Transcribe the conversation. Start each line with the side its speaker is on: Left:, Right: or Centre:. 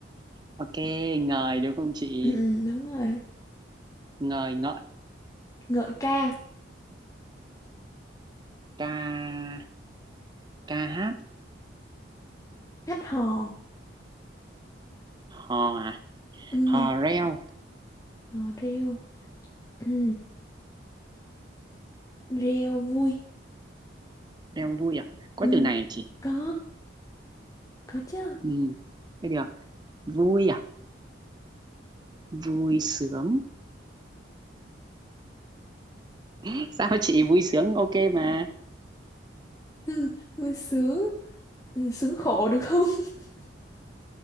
Right: Ok, ngời đúng không chị?
Left: Ừ, ừ, đúng rồi.
Right: Ngời ngợi
Left: Ngợi ca,
Right: ca ca hát
Left: hát hò.
Right: hò à?
Left: Ừ,
Right: hò reo
Left: hò reo. Ừ, reo vui.
Right: reo vui à? Có
Left: Ừ,
Right: từ này à chị?
Left: có, có chứ.
Right: Ừ, cái được. Vui à? Vui sướng. <laughs> Sao chị vui sướng ok mà?
Left: Ừ, vui sướng. Ừ, sướng khổ được không? <laughs>